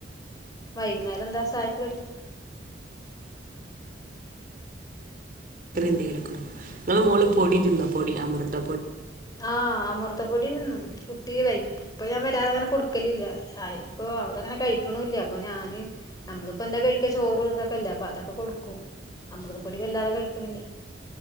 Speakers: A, on the left; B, on the right.
A: വൈകുന്നേരം എന്താ സായക്ക് കടി
B: അത് എന്തേലോക്കെ നിങ്ങള് മോള് പൊടി തിന്നോ പൊടി അമൃത
A: ആഹ് അമൃതപ്പൊടി തിന്നും കുട്ടി വൈ ഇപ്പൊ ഞാൻ വല്ലാതെ അങ്ങനെ കൊടുക്കലില്ല അ ഇപ്പൊ അവളിങ്ങനെ കഴിക്കണുല്ല അപ്പൊ ഞാന് നമ്മളിപ്പോ എന്താ കഴിക്ക ചോറ് ഇതൊക്കെല്ലേ അപ്പൊ അതൊക്കെ കൊടുക്കും അമൃതപൊടി വല്ലാതെ കഴിക്കണില്ല